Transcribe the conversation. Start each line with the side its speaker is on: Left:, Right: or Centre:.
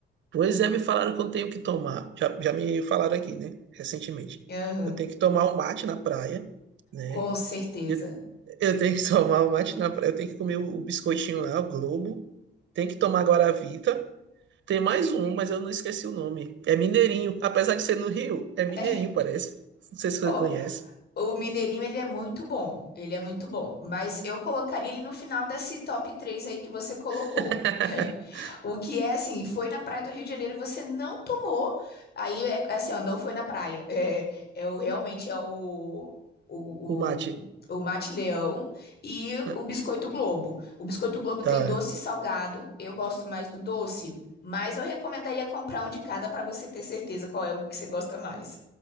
Right: Pois é, me falaram que eu tenho que tomar. Já, já me falaram aqui, né? Recentemente.
Left: Aham,
Right: Eu tenho que tomar um mate na praia, né?
Left: com certeza.
Right: Eu, eu tenho que <laughs> tomar o mate na praia, eu tenho que comer o, biscoitinho lá, o Globo. Tem que tomar Guaravita. Tem mais um, mas eu não esqueci o nome. É Mineirinho. Apesar de ser no Rio, é Mineirinho,
Left: É,
Right: parece. Não sei se você
Left: Ó,
Right: conhece.
Left: O Mineirinho, ele é muito bom. Ele é muito bom. Mas eu colocaria ele no final desse top 3 aí que você colocou.
Right: <laughs>
Left: <laughs> O que é assim, foi na praia do Rio de Janeiro e você não tomou. Aí é é assim, ó, não foi na praia. <laughs> É, é o, realmente é o, o,
Right: O mate.
Left: o, o Mate Leão e
Right: Ah,
Left: o Biscoito Globo. O Biscoito Globo
Right: Tá.
Left: tem doce e salgado. Eu gosto mais do doce, mas eu recomendaria comprar um de cada para você ter certeza qual é o que você gosta mais.